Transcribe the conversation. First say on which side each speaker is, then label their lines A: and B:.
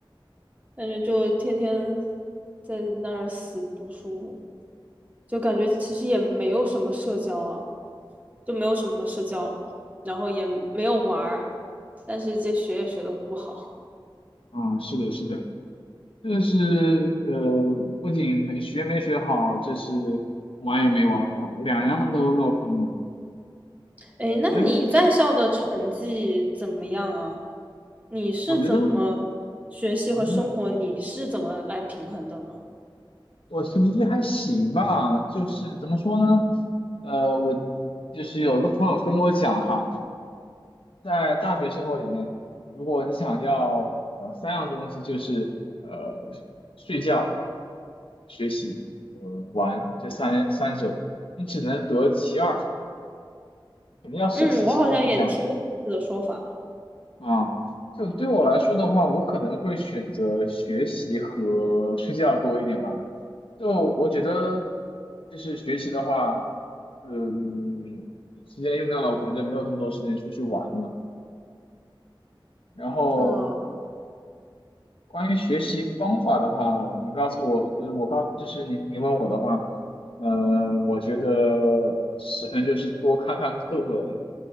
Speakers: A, on the right (about 15°); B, on the left (about 85°).
A: 感觉就天天在那儿死读书。就感觉其实也没有什么社交啊，就没有什么社交，然后也没有玩儿，但是这学也学的不好。
B: 嗯，是的，是的，这是呃，不仅没学没学好，这是玩也没玩好，两样都落空了。
A: 哎，那你在校的成绩怎么样啊？
B: 可能这是
A: 你是怎么学习和生活，
B: 我觉得，嗯哼。
A: 你是怎么来平衡的呢？
B: 我成绩还行吧，就是怎么说呢？呃，我就是有个朋友跟我讲哈，在大学生活里面，如果你想要呃三样东西，就是呃睡觉、学习、呃玩这三三者，你只能得其二，肯定要舍弃其中一项。
A: 嗯，我好像也听过类似的说法。
B: 啊，就对我来说的话，我可能会选择学习和睡觉多一点吧。就我觉得，就是学习的话，嗯，时间用掉了，我可能就没有这么多时间出去玩了。然后
A: 嗯。
B: 关于学习方法的话，你告诉我，呃，我告，就是你你问我的话，呃，我觉得首先就是多看看课本，